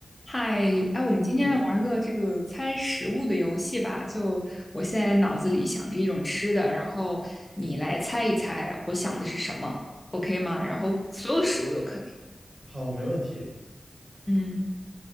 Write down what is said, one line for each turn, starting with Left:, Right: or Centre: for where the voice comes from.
Left: 嗨，哎，我们今天来玩个这个猜食物的游戏吧。
Right: 嗯，
Left: 就我现在脑子里想着一种吃的，然后你来猜一猜我想的是什么，OK 吗？然后所有食物都可以。
Right: 好，没问题。
Left: 嗯，